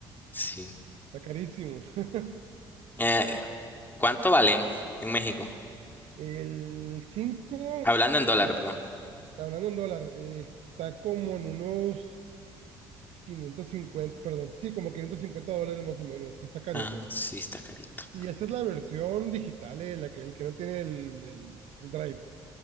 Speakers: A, on the left (about 15°); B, on the right (about 60°).
A: Sí.
B: Está carísimo. <laughs>
A: Eh, ¿cuánto valen en México?
B: El 5
A: Hablando en dólar,
B: es-
A: bro.
B: hablando en dólar, eh, está como en unos quinientos cincuenta perdón, sí, como 550 dólares más o menos, sí está carito.
A: Ah, sí, está carito.
B: Y esa es la versión digital, eh, la que, el que no tiene el, el- el Drive.